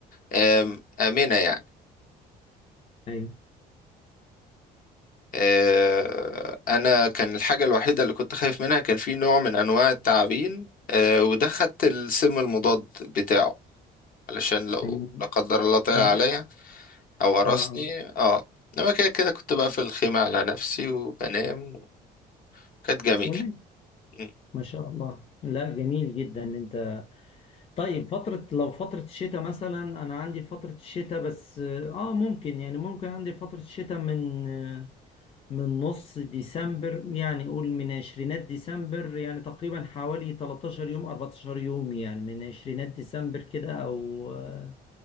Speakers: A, on the left; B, on the left.
A: آم، آمنة يعني
B: أيوه
A: آه، انا كان الحاجه الوحيده اللي كنت خايف منها كان في نوع من انواع التعابين آه، وده خدت السم المضاد بتاعه علشان لو
B: تمام
A: لا قدر الله طلع
B: لا
A: عليا او قرصني
B: اه آه.
A: اه انما كده كده كنت بقى في الخيمه على نفسي وبنام وكانت جميله
B: تمام
A: م.
B: ما شاء الله لا جميل جدا اللي انت طيب فترة لو فترة الشتاء مثلا أنا عندي فترة الشتاء بس آه ممكن يعني ممكن عندي فترة الشتاء من آه، من نص ديسمبر يعني قول من عشرينات ديسمبر يعني تقريبا حوالي 13 يوم 14 يوم يعني من عشرينات ديسمبر كده او آه،